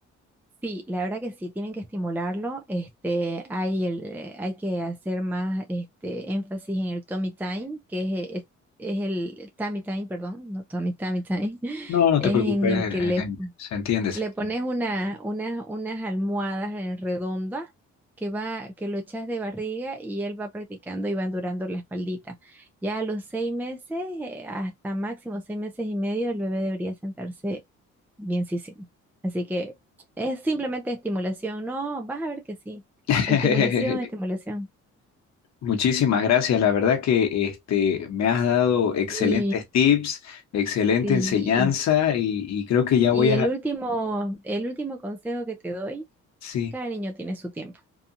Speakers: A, in the centre; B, on the left (about 60°).
A: Sí, la verdad que sí, tienen que estimularlo. Este, hay el, eh, hay que hacer más este énfasis en el tummy time, que es, es, es el tummy time, perdón, no tummy, tummy time <laughs>
B: No, no
A: es
B: te preocupes,
A: en el
B: eh,
A: que le
B: eh, se entiende, se
A: Le
B: entiende.
A: pones una, unas unas almohadas en redonda que va, que lo echas de barriga y él va practicando y va durando la espaldita. Ya a los seis meses, eh, hasta máximo seis meses y medio, el bebé debería sentarse bienísimo. Así que es simplemente estimulación. No, vas a ver que sí.
B: <laughs>
A: Estimulación, estimulación.
B: Muchísimas gracias. La verdad que este, me has dado excelentes
A: Mi,
B: tips, excelente
A: sí.
B: enseñanza y, y creo que ya
A: Y
B: voy a...
A: el último, el último consejo que te doy,
B: Sí,
A: cada niño tiene su tiempo.